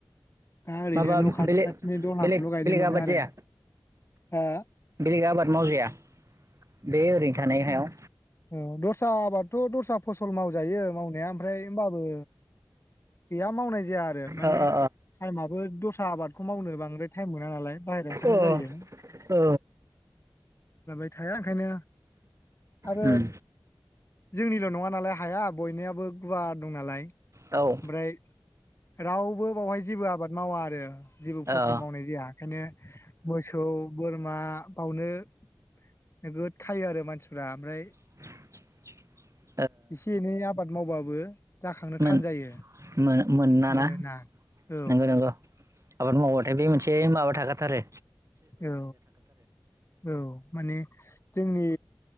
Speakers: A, on the left; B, on the right.
A: दा ओरैनो
B: माबा
A: न' खाथि
B: बेलेग
A: खाथिनि दलहाखौल'
B: बेलेग
A: गायनो
B: बेलेग
A: मोनो
B: आबाद
A: आरो।
B: जाया
A: हो?
B: बेलेग आबाद मावजाया? बे ओरैनो थानाय हायाव?
A: औ दस्रा आबादथ' दस्रा फसल मावजायो मावनाया ओमफ्राय होमबाबो बगैया मावनाय जाया आरो माने
B: ओ
A: टाइमआबो दस्रा आबादखौ मावनो बांद्राय टाइम मोना नालाय बाहेरायाव ओंखारनाय
B: ओ
A: जायो।
B: ओ
A: <unintelligible> थाया ओंखायनो आरो
B: उम
A: जोंनिल' नंङा नालाय हाया बयनियाबो गुवार दं नालाय।
B: औ।
A: ओमफ्राय रावबो बावहाय जेबो आबाद मावा आरो जेबो फसल
B: ओ
A: मावनाय जाया ओंखायनो मोसौ बोरमा बावनो नोगोद खायो आरो मानसिफ्रा ओमफ्राय
B: <inaudible>
A: एसे एनै आबाद मावबाबो जाखांनो
B: मोन
A: थान जायो
B: मोन-मोना
A: मोना
B: ना?
A: औ
B: नंगौ नंगौ। आबाद मावबाथाय बे मोनसे माबा थाखा थारो।
A: औ औ माने जोंनि